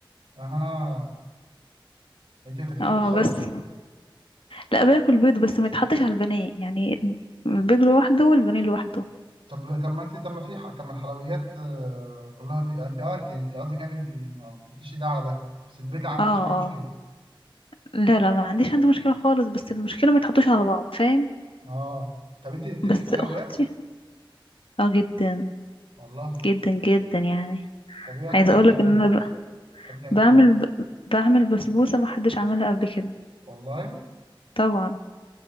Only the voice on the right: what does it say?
اها انت ما بتاكليش
بيض خالص
طب طب ما انت طب ما في ح- طب ما الحلويات آه، كلها بي... انت اه انت انت قصدك يعني انت ما بتحطيش ده على ده بس البيت ما عندكيش
معاه
مشكله
اه طب انت انت
ليكي في الحلويات
والله
طب ايه اكتر
حاجه
بتحبيها
بتحبي تعملي
ايه
والله